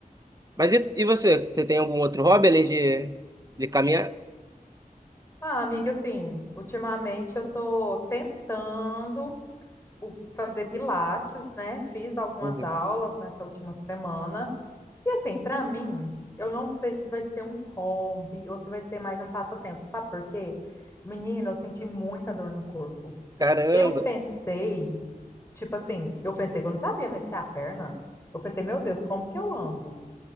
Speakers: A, on the right (about 25°); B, on the left (about 15°).
A: Mas e, e você? Você tem algum outro hobby além de, de caminhar?
B: ah, amiga, assim, ultimamente eu tô tentando o- fazer pilates, né? Fiz algumas
A: Uhum.
B: aulas nessa última semana. E, assim, para mim, eu não sei se vai ser um hobby ou se vai ser mais um passatempo. Sabe por quê? Menina, eu senti muita dor no corpo.
A: Caramba!
B: Eu pensei, tipo assim, eu pensei que eu não sabia mexer a perna. Eu pensei, meu Deus, como que eu ando?